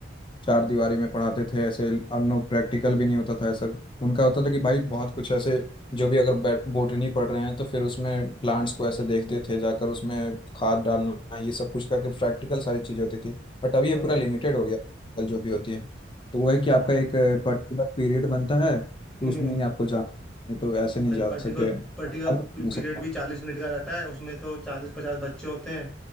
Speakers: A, on the left; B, in the centre.
A: चार दीवारी में पढ़ाते थे ऐसे अनु प्रैक्टिकल भी नहीं होता था ऐसा उनका होता था कि भाई बहुत कुछ ऐसे जो भी अगर बोटनी पढ़ रहे हैं तो फिर उसमें प्लांट्स को ऐसे देखते थे जाकर उसमें खाद डालना ये सब कुछ करके प्रैक्टिकल सारी चीज़ होती थी बट अभी ये
B: हाँ
A: पूरा
B: भाई
A: लिमिटेड हो गया कल जो भी होती है तो वो है कि आपका
B: भाई
A: एक पर्टिकुलर पीरियड बनता है तो
B: हम्म
A: उसमें ही आपको जाना है तो ऐसे नहीं
B: भाई
A: जा
B: पर्टिकुलर
A: सकते अब
B: पर्टिकुलर
A: नहीं सकता
B: पीरियड भी चालीस मिनट का रहता है उसमें तो चालीस पचास बच्चे होते हैं